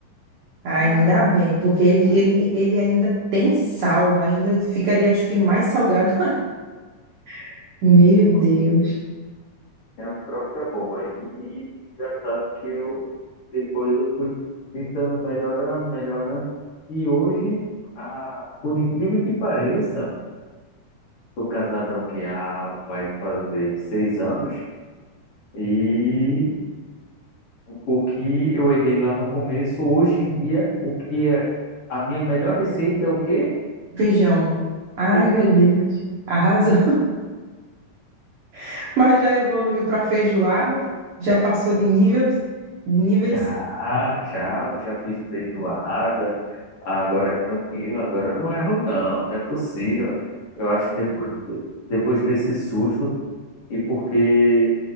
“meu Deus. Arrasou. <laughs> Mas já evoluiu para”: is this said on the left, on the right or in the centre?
Right